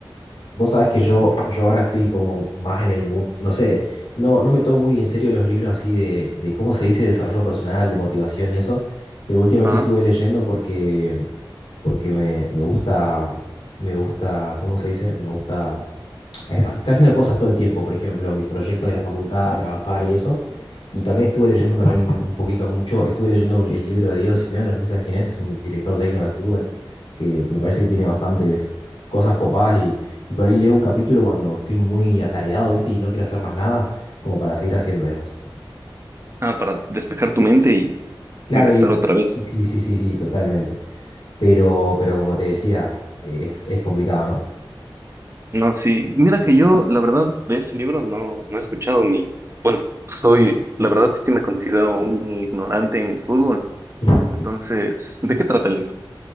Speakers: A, on the left; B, on the right.
A: Vos sabés que yo, yo ahora estoy como más en el mood, no sé, no, no me tomo muy en serio los libros así de, de cómo se dice desarrollo personal, de motivación y eso, pero últimamente
B: Ajá,
A: estuve leyendo porque, porque me, me gusta, me gusta, ¿cómo se dice? Me gusta eh, estar haciendo cosas todo el tiempo, por ejemplo, mis proyectos de la facultad, trabajar y eso. Y también estuve leyendo también un poquito mucho, estuve leyendo el libro de Diego Simeone, no sé si sabes quién es, es un director técnico de fútbol, que me parece que tiene bastantes cosas copadas y, y por ahí leo un capítulo cuando estoy muy atareado, ¿viste? Y no quiero hacer más nada, como para seguir haciendo, digamos.
B: ah, para despejar tu mente y
A: Claro,
B: empezar
A: y,
B: otra vez.
A: y sí, sí, sí, sí, totalmente. Pero, pero como te decía, es, es complicado, ¿no?
B: No, sí. Mira que yo, la verdad, de ese libro no, no he escuchado ni. Bueno, soy, la verdad, sí me considero un ignorante en el fútbol.
A: Ujú.
B: Entonces, ¿de qué trata el libro?